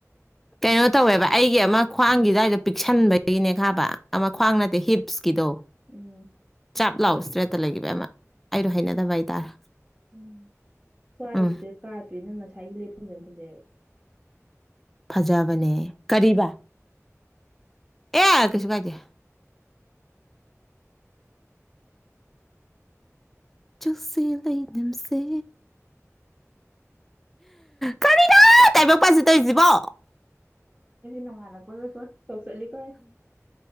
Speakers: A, in the centre; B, on the right.
A: ꯀꯩꯅꯣ ꯇꯧꯋꯦꯕ ꯑꯩꯒꯤ ꯑꯃ ꯈ꯭ꯋꯥꯡꯒꯤ ꯑꯗꯨꯋꯥꯏꯗꯣ ꯄꯤꯛꯁꯟꯕꯒꯤꯅꯦ ꯈꯕ ꯑꯃ ꯈ꯭ꯋꯥꯡ ꯅꯠꯇꯦ ꯍꯤꯞꯁ ꯀꯤꯗꯣ
B: ꯎꯝ
A: ꯆꯞ ꯂꯥꯛꯑꯣ ꯏꯁꯇ꯭ꯔꯦꯠꯇ ꯂꯩꯈꯤꯕ ꯑꯃ ꯑꯩꯗꯣ ꯍꯩꯅꯗꯕ ꯍꯥꯏꯇꯥꯔꯦ
B: ꯎꯝ ꯈ꯭ꯋꯥꯏꯁꯤꯗ
A: ꯎꯝ
B: ꯀꯥꯄꯦ ꯅꯪ ꯉꯁꯥꯏꯒꯤ ꯂꯦꯞꯐꯝꯖꯅ ꯐꯖꯩꯑꯕ
A: ꯐꯖꯕꯅꯦ ꯀꯔꯤꯕ ꯑꯦ ꯀꯁꯨ ꯄꯖꯦ ꯆꯨꯁꯦ ꯂꯩ ꯝꯁꯦ ꯀꯔꯤꯅꯣ ꯇꯥꯏꯕꯛꯄꯁꯤ ꯇꯧꯔꯤꯁꯤꯕꯣ
B: ꯅꯣꯡꯉꯥꯏꯂꯄꯣꯒ ꯀꯣ ꯆꯣꯛ ꯆꯠꯂꯤ ꯀꯥꯏ